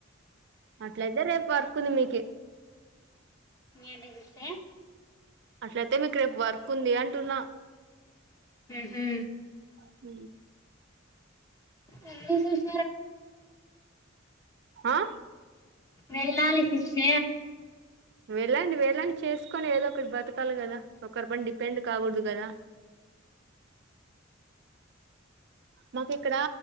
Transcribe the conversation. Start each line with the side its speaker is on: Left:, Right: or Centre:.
Right: అట్లయితే రేపు పర్కుంది మీక
Left: మీనేసే
Right: అట్లయితే మీకు రేపు వర్క్ ఉంది అంటున్నా
Left: హ
Right: హ
Left: అ స
Right: ఆ
Left: వెళ్ళాల శిక్ష
Right: వెళ్ళండి వెళ్ళండి చేసుకొని ఏదో ఒకటి బతకాలి కదా ఒకరి పండి పెండ్ కాకూడదు కదా మాకు ఇక్కడ